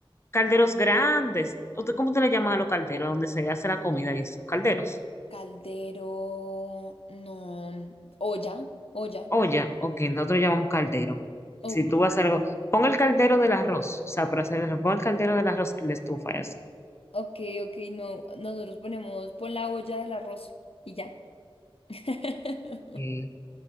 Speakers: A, on the left; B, on the left.
A: calderos grandes. ¿Usted cómo te le llaman a los calderos donde se hace la comida y esos calderos?
B: Caldero, no, olla, olla.
A: Olla, ok, nosotros llamamos caldero.
B: Ok,
A: Si tú vas a hacer algo, pon el caldero del arroz, o sea, para hacer el- pon el caldero del arroz en la estufa y así.
B: ok, ok, no, nosotros ponemos, pon la olla del arroz y ya. <laughs>
A: Ok.